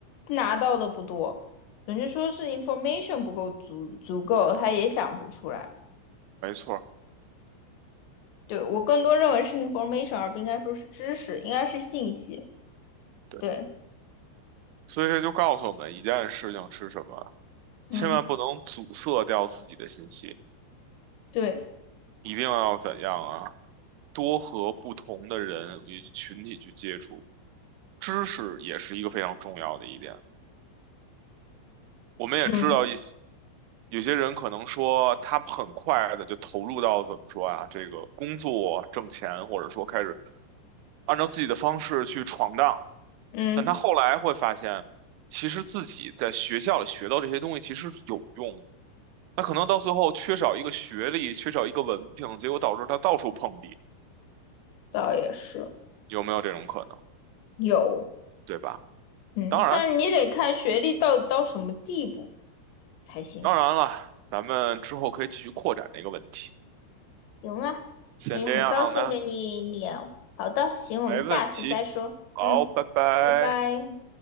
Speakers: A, on the left (about 70°); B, on the right (about 80°).
A: 拿到的不多，准确说是 information 不够足足够，他也想不出来。
B: 没错儿，
A: 对，我更多认为是 information，而不应该说是知识，应该是信息。
B: 对。
A: 对，
B: 所以这就告诉我们一件事情是什么：
A: 嗯，
B: 千万不能阻塞掉自己的信息，
A: 对，
B: 一定要怎样啊？多和不同的人与群体去接触，知识也是一个非常重要的一点。我们也知道一些
A: 嗯
B: 有些人可能说他很快的就投入到怎么说啊，这个工作挣钱，或者说开始按照自己的方式去闯荡，
A: 嗯，
B: 但他后来会发现，其实自己在学校里学到这些东西其实是有用的。他可能到最后缺少一个学历，缺少一个文凭，结果导致他到处碰壁，
A: 倒也是。
B: 有没有这种可能？
A: 有，
B: 对吧？
A: 嗯，
B: 当然，
A: 但是你得看学历到底到什么地步才行。
B: 当然了，咱们之后可以继续扩展这个问题。
A: 行啊，
B: 先这样呢，
A: 也很高兴跟你聊。好的，行，
B: 没问题。
A: 我们下次再说。
B: 好，
A: 嗯，
B: 拜拜。
A: 拜拜。